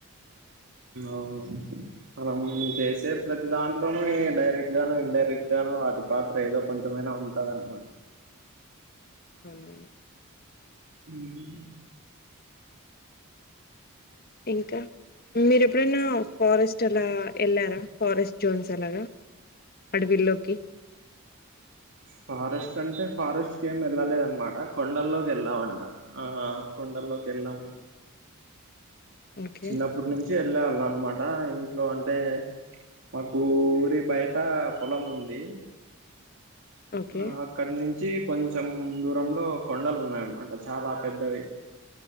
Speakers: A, on the right; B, on the left.
A: అవును అండి మనం చేసే ప్రతి దాంట్లోనూ డైరెక్ట్ గాన ఇడైరెక్ట్ గానో వాటి పాత్ర ఏదో కొంచెమైనా ఉంటదనమాట
B: అవునండి
A: మ్
B: ఇంకా మీరు ఎప్పుడన్నా ఫారెస్ట్ అలా ఎళ్లారా ఫారెస్ట్ జోన్స్ అలాగా అడవిల్లోకి
A: ఫారెస్ట్ అంటే ఫారెస్ట్ కి ఏం వెళ్ళలేద అన్నమాట కొండల్లోకి వెళ్ళావంట ఆ కొండల్లోకి ఎళ్ళం
B: ఓకే
A: చిన్నప్పటి నుంచి ఎళ్ళే వాళ్ళం అనమాట ఇంట్లో అంటే మాకు ఊరి బయట పొలం ఉంది
B: ఓకే
A: ఆ అక్కడ నించి కొంచెం దూరంలో కొండలు ఉన్నాయన్నమాట చాలా పెద్దవి